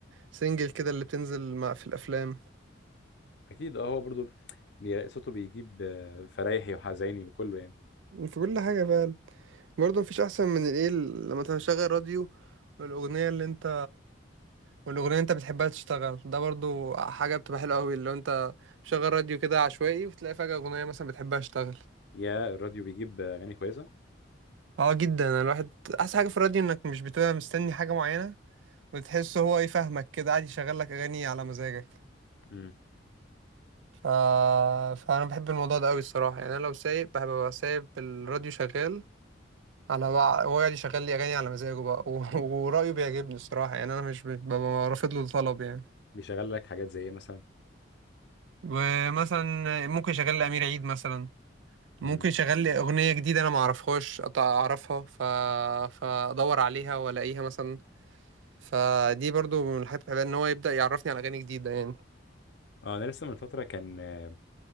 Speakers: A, on the right; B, on the left.
A: السنجل كده اللي بتنزل مع في الافلام
B: اكيد اه هو برضو بي- صوته بيجيب آه، فرايحي وحزيني وكله يعني
A: في كل حاجه فعلا برضه مفيش احسن من الايه لما تشغل راديو والاغنيه اللي انت والاغنيه اللي انت بتحبها تشتغل ده برضه حاجه بتبقى حلوه قوي اللي هو انت مشغل راديو كده عشوائي وتلاقي فجاه اغنيه مثلا بتحبها تشتغل
B: يا الراديو بيجيب آه، اغاني كويسه
A: اه جدا الواحد احسن حاجه في الراديو انك مش بتبقى مستني حاجه معينه بتحس هو يفهمك كده قاعد يشغل لك اغاني على مزاجك
B: امم
A: ف... فانا بحب الموضوع ده قوي الصراحه يعني انا لو سايق بحب ابقى سايب الراديو شغال على بقى هو قاعد يشغل لي اغاني على مزاجه بقى و... <laughs> ورايه بيعجبني الصراحه يعني انا مش ب- ببقى رافض له طلب يعني
B: بيشغل لك حاجات زي ايه مثلا
A: ومثلا ممكن يشغل لي امير عيد مثلا ممكن
B: امم
A: يشغل لي اغنيه جديده انا ما اعرفهاش أط- اعرفها ف... فادور عليها والاقيها مثلا فدي برضو من الحاجات اللي بحبها ان هو يبدا يعرفني على اغاني جديده يعني
B: اه انا لسه من فتره كان آه،